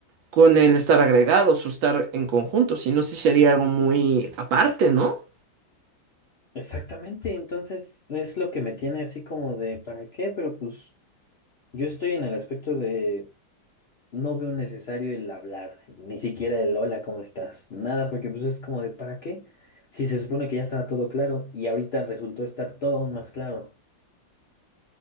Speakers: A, on the right; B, on the left.
A: con el estar agregados o estar en conjunto, sino sí sería algo muy aparte, ¿no?
B: Exactamente, entonces es lo que me tiene así como de, ¿para qué? Pero pues... Yo estoy en el aspecto de no veo necesario el hablar, ni siquiera el hola, ¿cómo estás? Nada, porque pues es como de ¿para qué? Si se supone que ya estaba todo claro y ahorita resultó estar todo aún más claro.